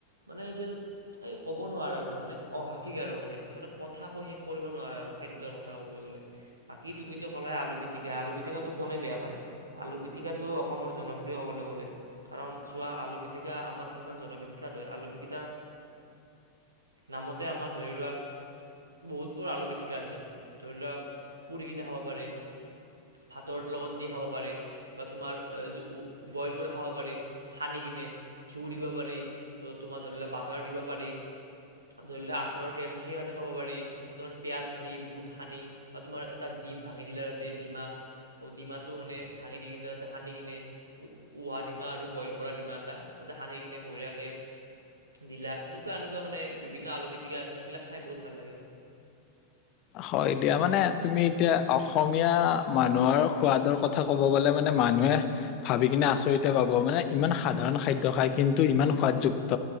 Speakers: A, on the right; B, on the left.
A: মানে যেন এই ক'ব নোৱাৰে আৰু। মানে অভাষিক আৰু মানে, মানে কথা কৈ শেষ কৰিব নোৱাৰা আৰু খাদ্যৰ কথা ক'বলৈ গলে, বাকী তুমি ত ত কলে আলু পিটিকা, আলু পিটিকাটো কোনে বেয়া পায়, আলু পিটিকাটো অসমৰ জনপ্ৰিয় ক'বলৈ গলে। কাৰণ চোৱা আলু পিটিকা আমাৰ কিমান জনবিখ্যাত হয়। আলু পিটিকাৰ নামতে আমাৰ ধৰি লোৱা বহুবোৰ আলু পিটিকা আছে, ধৰি লোৱা পুৰি কিনে খাব পাৰি ভাতৰ লগত দি খাব পাৰি বা তোমাৰ বইল কৰি খাব পাৰি। সানি কিনে, ঘিউ দিব পাৰি, ত' তোমাৰ ধৰি লোৱা বাটাৰ দিব পাৰি ধৰি লোৱা আচাৰৰ তেল সেই সানি খাব পাৰি, তোমাৰ পিয়াজ সানি, বুট সানি বা তোমাৰ এটা ডিম ভাঙি দিলা তাতে ডিমা ডিমাটো মানে ভাঙি দি কিনে তাতে সানি কিনে, উহা ডিমা আৰু বইল কৰা ডিমা এটা, তাতে সানি কিনে বঢ়িয়াকৈ দিলা এনেকুৱা এনেকুৱা মানে বিভিন্ন আলুপিটিকা আছে সেইবিলাক খাই বহুত ভাল লাগে
B: হয় দিয়া মানে তুমি এতিয়া অসমীয়া মানুহৰ সোৱাদৰ কথা কব গ'লে মানে মানুহে ভাবি কিনে আচৰিত পাব মানে ইমান সাধাৰণ খাদ্য খায় কিন্তু ইমান সোৱাদযুক্ত